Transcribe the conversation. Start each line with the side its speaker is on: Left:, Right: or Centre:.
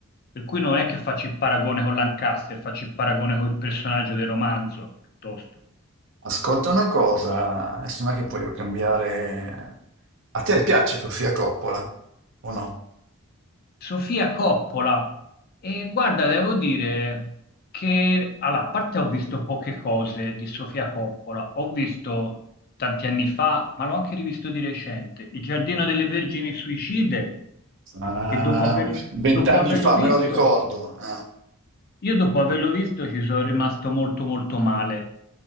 Left: Per cui non è che faccio il paragone con Lancaster, faccio il paragone con il personaggio del romanzo, piuttosto.
Right: ascolta una cosa, adesso non è che voglio cambiare... A te piace Sofia Coppola o no?
Left: Sofia Coppola. E guarda, devo dire che, allora, a parte ho visto poche cose di Sofia Coppola, ho visto tanti anni fa, ma l'ho anche rivisto di recente, Il Giardino delle Vergini Suicide,
Right: Ah,
Left: che dopo, aver-
Right: Vent'anni
Left: dopo averlo
Right: fa,
Left: visto
Right: me lo ricordo. ah.
Left: io dopo averlo visto ci sono rimasto molto molto male,